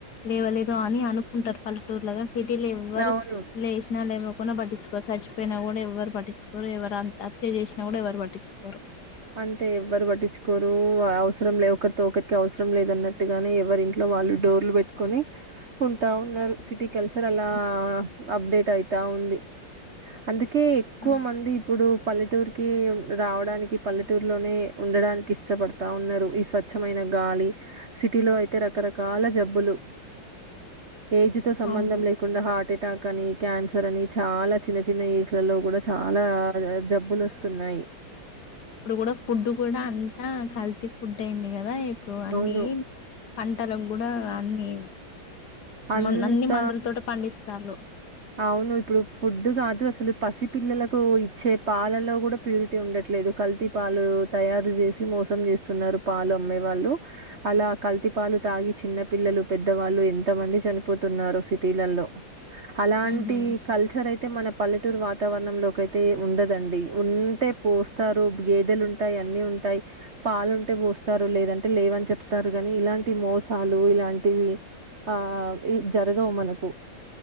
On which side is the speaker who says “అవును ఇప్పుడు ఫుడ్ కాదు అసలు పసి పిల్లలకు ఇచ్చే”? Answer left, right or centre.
Right